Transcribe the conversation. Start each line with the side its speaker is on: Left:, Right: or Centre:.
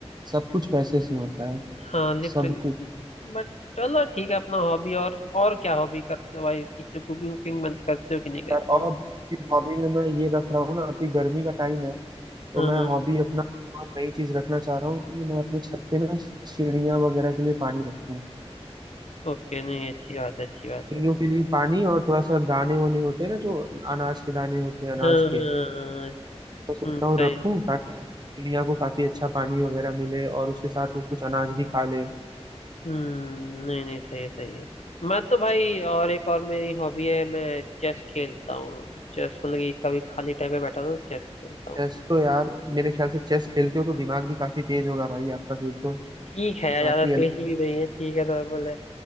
Right: सब कुछ पैसे से होता है
Left: हाँ लिटरली
Right: सब कुछ
Left: बट चलो ठीक है अपना हॉबी और और क्या हॉबी करते हो भाई सीखते हो, कुकिंग वुकिंग बंद करते हो कि नहीं करते
Right: और
Left: हो
Right: हॉबी में मैं ये रख रहा हूँ ना अभी गर्मी का टाइम है तो
Left: हाँ
Right: मैं
Left: हाँ
Right: हॉबी अपना और नई चीज रखना चाह रहा हूँ कि मैं अपने छत पे ना चिड़िया वगैरह के लिए पानी रखूँ
Left: ओके नहीं अच्छी बात है अच्छी बात
Right: चिड़ियों
Left: है
Right: के लिए पानी और थोड़ा सा दाने वाने होते हैं ना जो अनाज के दाने होते हैं अनाज
Left: हाँ हाँ हाँ,
Right: के
Left: हाँ, हाँ।
Right: तो सोच
Left: हम्म, सही
Right: रहा हूँ रखूँ ताकि चिड़िया को काफी अच्छा पानी वगैरह मिले और उसके साथ वो कुछ अनाज भी खा ले
Left: हम्म नहीं नहीं सही है सही है मैं तो भाई और एक और मेरी हॉबी है मैं चेस खेलता हूँ चेस मतलब कि कभी खाली टाइम पे बैठा हूँ चेस खेलता हूँ
Right: चेस तो यार मेरे ख्याल से चेस खेलते हो तो दिमाग भी काफी तेज होगा भाई आपका फिर तो
Left: ठीक है यार
Right: बात
Left: ज्यादा
Right: ही
Left: तेज
Right: अलग
Left: भी नहीं है ठीक है नॉर्मल है